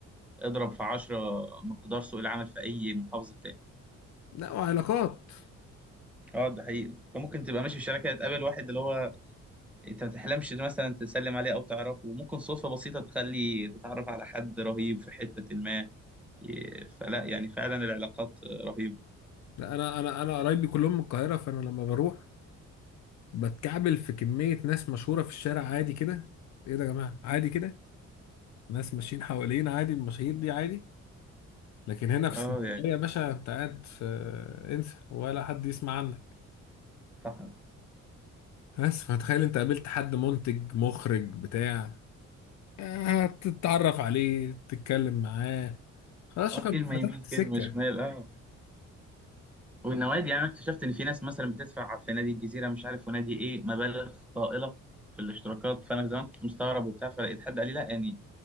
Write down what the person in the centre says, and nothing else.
اضرب في عشرة مقدار سوق العمل في أي محافظة تاني
اه ده حقيقي انت ممكن تبقى ماشي في شركه تقابل واحد اللي هو انت ما تحلمش إن مثلا تسلم عليه او تعرفه وممكن صدفه بسيطه تخلي تتعرف على حد رهيب في حته ما ي- فلا يعني فعلا العلاقات رهيبه
اه
يعني
صح
اه
كلمه
يمين
كلمه شمال اه والنوادي يعني انا اكتشفت ان في ناس مثلا بتدفع في نادي الجزيره مش عارف ونادي ايه مبالغ طائله في الاشتراكات فانا زمان كنت مستغرب وبتاع فلقيت حد قال لي لا يعني